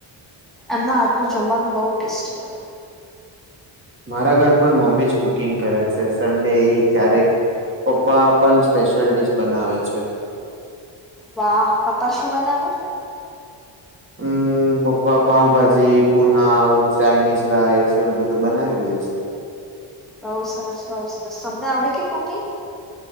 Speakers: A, in the centre; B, on the right.
A: એમના હાથ ન જમવાનું બહુ ટેસ્ટી હોય
B: મારા ઘર પણ મમ્મી જ કુકિંગ કરે છે સન્ડે ક્યારેક પપ્પા પણ સ્પેશિયલ ડીશ બનાવે છે.
A: વાહ પપ્પા શું બનાવે
B: હમ્મ પપ્પા પાઉભાજી પુનાવ ચાઇનીઝ રાઇસ એવું બધું બનાવી લે છે.
A: બઉુ સરસ બઉુ સરસ તમને આવડે કે કુકિંગ